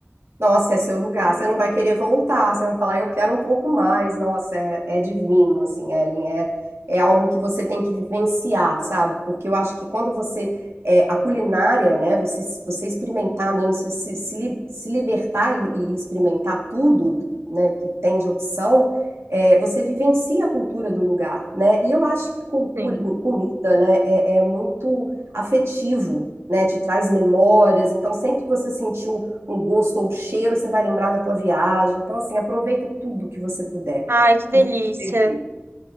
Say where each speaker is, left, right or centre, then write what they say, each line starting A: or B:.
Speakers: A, on the right; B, on the right.
A: Nossa, é seu lugar. Você não vai querer voltar. Você vai falar, eu quero um pouco mais. Nossa, é, é divino, assim, Ellen. É, é algo que você tem que vivenciar, sabe? Porque eu acho que quando você. é, a culinária, né? Você, você experimentar mesmo, você se, se, li- se libertar e, e experimentar tudo, né, que tem de opção, é, você vivencia a cultura do lugar, né? E eu acho que com-
B: Sim.
A: com- comida, né, é é muito afetivo né, te traz memórias. Então, sempre que você sentir um gosto ou um cheiro, você vai lembrar da tua viagem. Então, assim, aproveita tudo que você puder,
B: Ai, que delícia,
A: tudo que você vê.